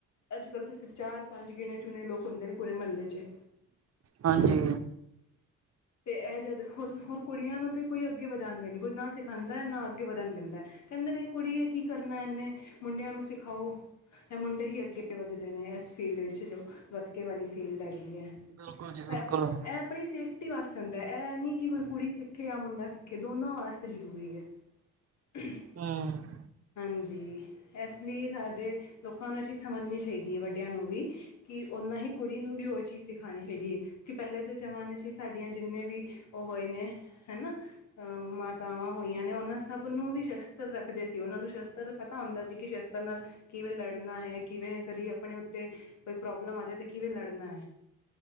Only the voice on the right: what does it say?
ਹਾਂਜੀ,
ਬਿਲਕੁਲ ਜੀ ਬਿਲਕੁਲ
ਹੂੰ
ਹੂੰ।